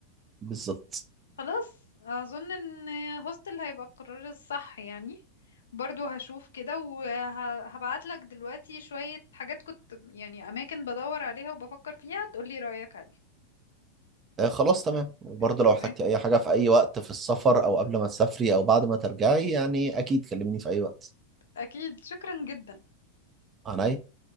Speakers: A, on the right; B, on the left.
A: بالظبط
B: خلاص اظن ان هوستل هيبقى القرار الصح يعني برضو هشوف كده وهبعت لك دلوقتي شوية حاجات كنت يعني اماكن بدور عليها وبفكر فيها تقولي رأيك عليها
A: آه، خلاص تمام وبرضه
B: آه، تمام
A: لو احتجتي اي حاجة في اي وقت في السفر او قبل ما تسافري او بعد ما ترجعي يعني اكيد كلميني في اي وقت
B: اكيد شكرا جدا
A: عنيا